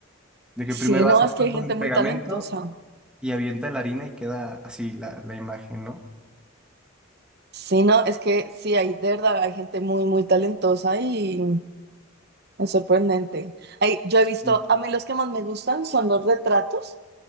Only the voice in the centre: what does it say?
De que primero
hace
todo
el
pegamento
y avienta la harina y queda así la, la imagen, ¿no?
Mm.